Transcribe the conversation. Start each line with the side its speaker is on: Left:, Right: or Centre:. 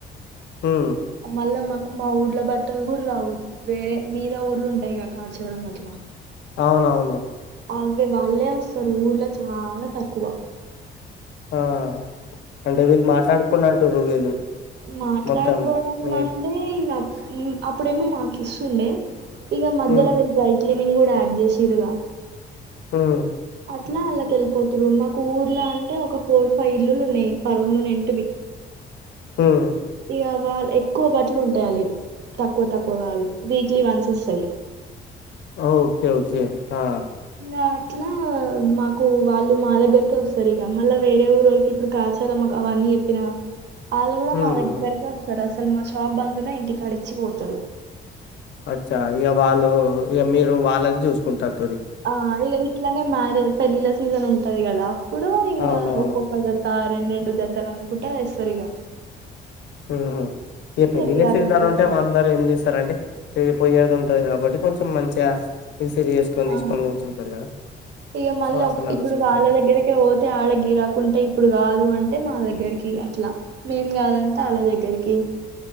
Left: హ్మ్
Right: మళ్ళ మా మా ఊర్ల బట్టలు గూడా రావు వేరే మీద ఊర్లు ఉంటాయిగా కాచారం అట్లా
Left: అవునవును
Right: అవ్వే వాళ్ళే వస్తరు ఊర్లో చాలా తక్కువ
Left: ఆ అంటే వీళ్ళు మాట్లాడుకున్నట్టురు వీళ్ళు
Right: మాట్లాడుకోవడం
Left: మొత్తం మీ
Right: అంటే ఇంగ అప్పుడేమో మాకు ఇస్తుండే ఇగ మధ్యలో
Left: హ్మ్.
Right: వెల్ డ్రైక్లీనింగ్ గూడా ఆడ్డ్ జేసిర్రుగా
Left: ఉమ్
Right: అట్లా అల్ల కెళ్ళిపోతురు మాకు ఊర్లా అంటే ఒక ఫోర్ ఫైవ్ ఇల్లులు ఉన్నాయి పర్మెనెంటివి
Left: ఉమ్
Right: ఇగ వాళ్ ఎక్కువ బట్టలు ఉంటాయి ఆళ్ళయ్ తక్కువ తక్కువ గాదు వీక్లీ వన్స్ వస్తాయి
Left: ఆ ఓకే ఓకే ఆ
Right: ఇగ అట్లా మాకు వాళ్ళు మా దగ్గరకే వస్తరు ఇగ మళ్ళా వేరే ఊరోళ్ళకి ఇప్పుడు కాచారమ్మా గవన్నీ జెప్పిన
Left: <inaudible>
Right: ఆళ్ళు గూడా
Left: హ్మ్.
Right: మా దగ్గరకే
Left: హ్మ్.
Right: వస్తరు అసలు మా షాప్ బందున్నా ఇంటికాడిచ్చి పోతరు
Left: అచ్చా ఇగ వాళ్ళు ఇగ మీరు వాళ్ళది జూసుకుంటారు
Right: ఆ ఇగ ఇట్లనే మార పెళ్ళిళ్ళ సీజన్ ఉంటది గదా అప్పుడు ఇంగా
Left: అవునవును
Right: ఒక్కొక్క బెడతారు రెంరెండు జత్తల్ అనూకుంటా దెస్తరిగ
Left: ఉమ్ హు ఇగ పెళ్ళిళ్ళ
Right: గిరాకీ
Left: సీజన్
Right: ఎక్కువ
Left: ఉంటే
Right: వస్తది
Left: అందరు ఏం జేస్తారంటే పోయదు ఉంటంది కాబట్టి కొంచెం మంచిగా రిసీవ్ చేసుకొని
Right: ఆ
Left: తీసుకొని పోతుంటరు కదా
Right: ఇగ మళ్ళ
Left: సో అట్లా నడుస్తుంటుంటారు
Right: ఇప్పుడు వాళ్ళ దగ్గరీకే పోతే ఆడ గీరాకుంటే ఇప్పుడు కాదు అంటే మా దగ్గర దగ్గరికి అట్లా మేమ్ కాదంటే ఆళ్ళ దగ్గరికి